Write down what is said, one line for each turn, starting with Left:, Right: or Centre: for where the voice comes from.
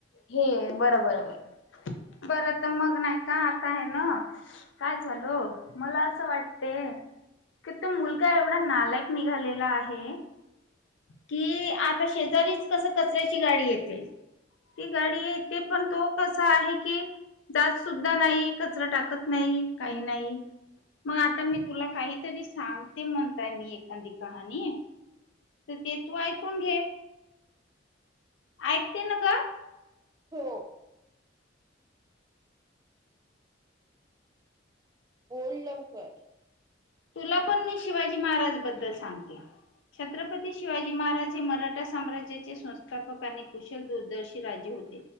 Left: हे बरं, बर, बर, बरं परत मग नाही का आता आहे <inaudible> नो. काय झालो मला असं वाटतंय. कि तो मुलगा एवढा नालायक निघालेला आहे. कि आता शेजारीच कस कचऱ्याची गाडी येते. ती गाडी येते पण तो कसा आहे की. जात सुद्धा नाही कचरा टाकत... नाही, काही नाही. मग आता मी तुला काहीतरी सांगते. म्हणताय मी एखादी कहाणी. तर ते तू ऐकून घे. ऐकते ना ग?
Right: हो. <inaudible> ओल लवकर
Left: तुला पण मी शिवाजी महाराज बद्दल सांगते. छत्रपती शिवाजी महाराज हे मराठा साम्राज्याचे संस्थापक आणि कुशल दूरदर्शी राज्य हो,